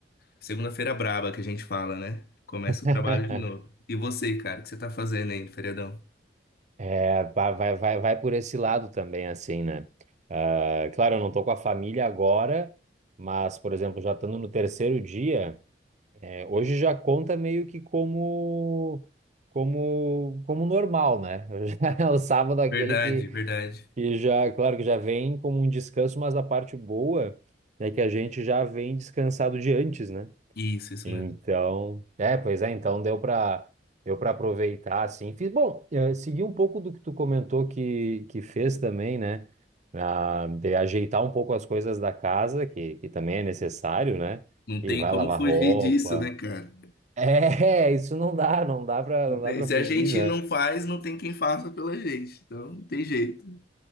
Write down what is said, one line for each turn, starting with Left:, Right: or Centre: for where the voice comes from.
Left: Segunda-feira braba que a gente fala, né? Começa
Right: né?
Left: o trabalho de novo.
Right: <laughs>
Left: E você, cara, o que você tá fazendo aí no feriadão?
Right: É, vai, vai, vai, vai por esse lado também, assim, né? Ah, claro, eu não tô com a família agora, mas, por exemplo, já estando no terceiro dia. É, Hoje já conta meio que como como como normal, né? <laughs> Já é O sábado é aquele
Left: Verdade,
Right: que,
Left: verdade.
Right: que já, claro que já vem como um descanso, mas a parte boa é que a gente já vem descansado de antes, né?
Left: Isso, isso
Right: Então,
Left: mesmo.
Right: é, pois é, então deu para deu para aproveitar assim. Fiz, bom, eh, segui um pouco do que tu comentou que que fez também, né? Ah, de ajeitar um pouco as coisas da casa, que, que também é necessário, né?
Left: Não tem
Right: E vai
Left: como
Right: lavar
Left: fugir
Right: roupa,
Left: disso, né, cara?
Right: é, <laughs> isso não dá, não dá pra,
Left: Não
Right: não
Left: tem.
Right: dá pra
Left: Se
Right: fugir,
Left: a gente
Right: né?
Left: não faz, não tem quem faça pela gente. Então, não tem jeito.